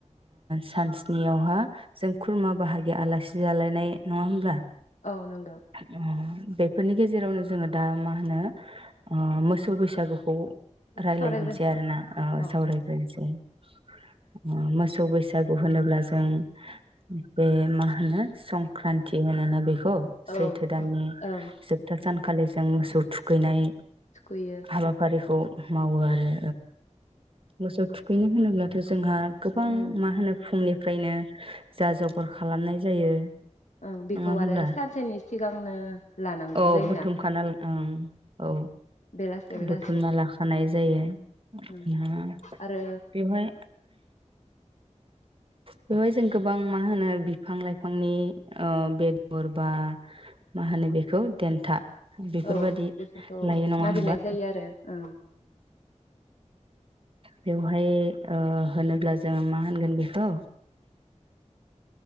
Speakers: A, on the right (about 45°); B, on the left (about 70°).
A: सानसनियावहा जों खुरमा बाहागि आलासि जालायनाय नङा होमब्ला।
B: औ नंगौ
A: <unintelligible> बे फोरनि गेजेरावनो जोङो दा मा होनो मोसौ बैसागु बे खौ रायलायनोसै
B: सावरायग्रोनोसै
A: आरो
B: नामा
A: ना
B: अ
A: सावरायग्रोसै। <unintelligible> मोसौ बैसागु होनोब्ला जों बे मा होनो संक्रान्ति होनोना बे अ सैथो
B: औ
A: द
B: ओं
A: जोबथा सानखालि जों मोसौ थुखैनाय
B: थुखैयो
A: हाबाफारिखौ मावो आरो मोसौ थु बेनो होनोब्लाथ' जोंहा गोबां
B: उम
A: मा होनो फुंनिफ्रायनो जा जगार खालामनाय जायो
B: ओं बेखौ
A: नङा हब्ला
B: आरो सानसेनि सिगांनो लानांगौ
A: औ
B: जायोना
A: बुथुमखाना औ
B: बेलासे बेलासे
A: बुथुमना ला खानायनाय जायो
B: ओं
A: न
B: आरो
A: बेहाय बेवहाय जों गोबां मा होनो बिफां लाइफांनि ओ बेदर बा मा होनो बेखौ देन्था बेफोरबायादि
B: औ बेफोरखौ
A: लायो नङा
B: नागिरनाय
A: होनबा
B: जायो आरो ओ
A: बेवहाय ओ होनोब्ला जोङो मा होनगोन बेखौ